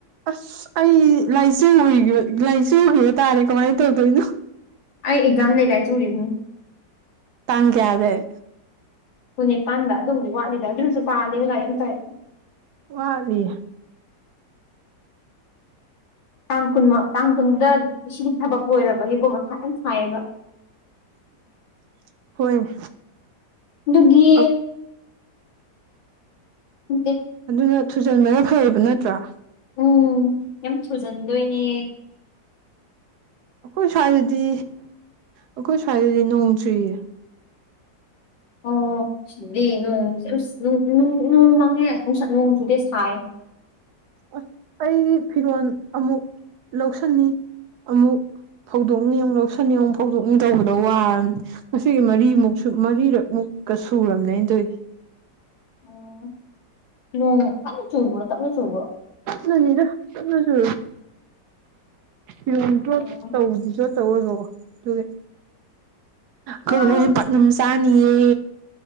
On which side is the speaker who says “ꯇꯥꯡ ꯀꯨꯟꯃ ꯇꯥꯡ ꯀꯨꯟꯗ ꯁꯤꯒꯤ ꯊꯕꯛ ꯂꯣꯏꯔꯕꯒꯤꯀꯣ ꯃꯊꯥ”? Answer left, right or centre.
Left